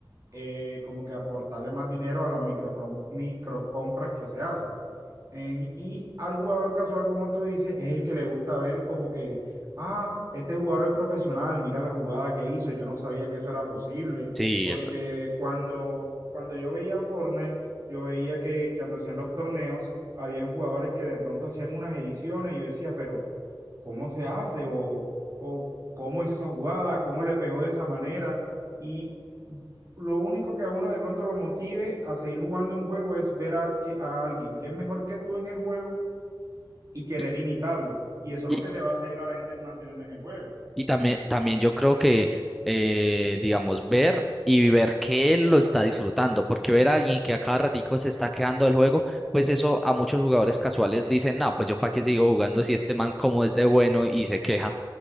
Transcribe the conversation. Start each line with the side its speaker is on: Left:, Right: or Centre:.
Right: eh, como que aportarle más dinero a las microcrom- microcompras que se hacen. En- y al jugador casual, como tú dices, es el que le gusta ver como que, ah, este jugador es profesional, mira la jugada que hizo, yo no sabía que eso era posible,
Centre: Sí,
Right: porque
Centre: exacto.
Right: cuando, cuando yo veía Fortnite, yo veía que que cuando hacían los torneos, habían jugadores que de pronto hacían unas ediciones y yo decía, pero cómo se hace o, o cómo hizo esa jugada, cómo le pegó de esa manera. Y lo único que a uno de pronto lo motive a seguir jugando un juego es ver a, que, a alguien que es mejor que tú en el juego y querer
Centre: Y,
Right: imitarlo. Y eso es
Centre: y,
Right: lo que le va a seguir a la gente manteniendo en el juego.
Centre: Y también, también yo creo que, eh, digamos, ver y ver que él lo está disfrutando, porque ver a alguien que a cada ratico se está quedando del juego, pues eso a muchos jugadores casuales dicen, no, pues yo para qué sigo jugando si este man como es de bueno y se queja,